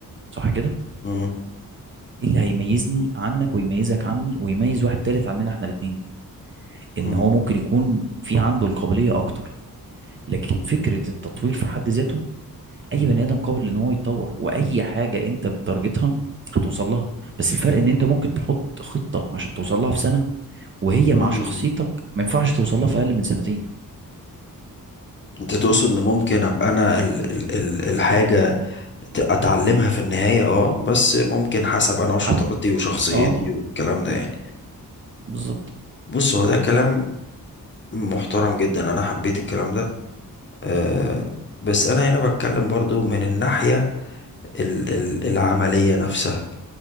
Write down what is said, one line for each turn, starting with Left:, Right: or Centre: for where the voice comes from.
Right: صح كده
Left: مم.
Right: ايه اللي هيميزني عنك ويميزك عني ويميز واحد تالت عننا احنا الاتنين ان
Left: مم.
Right: هو ممكن يكون في عنده القابلية اكتر لكن فكرة التطوير في حد ذاته اي بني ادم قابل ان هو يتطور واي حاجة انت بتارجتها هتوصل لها بس الفرق ان انت ممكن تحط خطة عشان توصل لها في سنة وهي
Left: آه.
Right: مع شخصيتك ما ينفعش توصل لها في اقل من سنتين
Left: انت تقصد ان ممكن ابقى انا ال ال ال الحاجة ت- اتعلمها في النهاية اه بس ممكن حسب انا وشطارتي
Right: حتى
Left: وشخصيتي
Right: اه
Left: والكلام ده يعني
Right: بالظبط
Left: بص هو ده كلام محترم جدا انا حبيت الكلام ده أه بس انا هنا بتكلم برضو من الناحية ال ال العملية نفسها